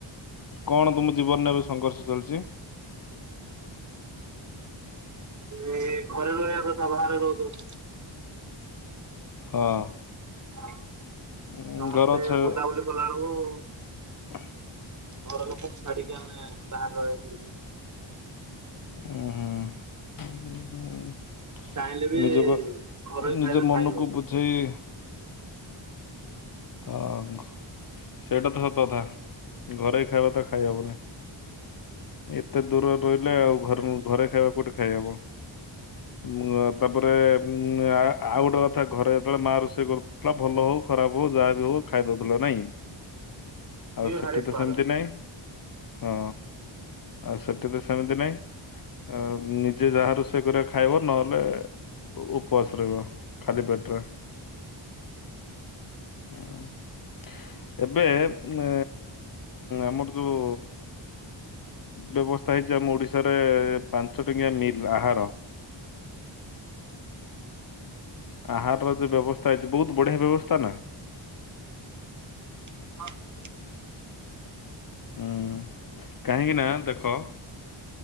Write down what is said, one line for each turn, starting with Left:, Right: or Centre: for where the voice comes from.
Left: କଣ ତୁମ ଜୀବନରେ ଏବେ ସଂଘର୍ଷ ଚାଲିଚି।
Right: ଏ ଘରେ ରହିବା କଥା ବାହାରେ ରହୁଛୁ।
Left: ହଁ।
Right: ହ
Left: ଉଁ,
Right: ସମସ୍ତେ
Left: ଘର ଛା
Right: ବୁଲାବୁଲି କଲା ବେଳକୁ
Left: <unintelligible>
Right: ଘର ଲୋକଙ୍କୁ ଛାଡିକି ଆମେ ବାହାରେ ରହିବାକୁ ପଡୁଛି।
Left: <unintelligible>
Right: ଚାହିଁଲେ ବି
Left: ନିଜକୁ
Right: ଘରୋଇ ଖାଇବା
Left: ନିଜ ମନକୁ
Right: ଖାଇ ହଉନି
Left: ବୁଝେଇ <inaudible> ସେଇଟା ତ ସତ ତଥା ଘରେଇ ଖାଇବା ତ ଖାଇହବନି। ଏତେ ଦୂର ରେ ରହିଲେ ଆଉ ଘର ଘରେ ଖାଇବା କୋଉଠି ଖାଇହବ। ଉ ଆ ତାପରେ ଉଁ ଆ ଆଉ ଗୋଟେ କଥା ଘରେ ଯେତେବେଳେ ମା ରୋଷେଇ କରୁଥିଲା ଭଲ ହଉ ଖରାପ ହଉ ଯାହା ବି ହଉ ଖାଇଦଉ ଥିଲ ନାହିଁ
Right: ସିଏ
Left: ଆଉ ସେଠି
Right: ଭାରି ସ୍ୱାଦ।
Left: ତ ସେମିତି ନାଇଁ। ହଁ ଆଉ ସେଠି ତ ସେମିତି ନାଇଁ। ଅ ନିଜେ ଯାହା ରୋଷେଇ କରିବା ଖାଇବ ନହେଲେ ଉପବାସ ରହିବ। ଖାଲି ପେଟରେ। ହଁ ଏବେ ଏ ଆମର ଯୋଉ ବ୍ୟବସ୍ଥା ହେଇଛି ଆମ ଓଡିଶାରେ ପାଞ୍ଚ ଟଙ୍କିଆ ମିଲ୍ ଆହାର ଆହାରର ଯୋ ବ୍ୟବସ୍ଥା ଇଛି ବହୁତ ବଢିଆ ବ୍ୟବସ୍ଥା ନା।
Right: <inaudible>
Left: ଉଉଁ କାହିଁକି ନା ଦେଖ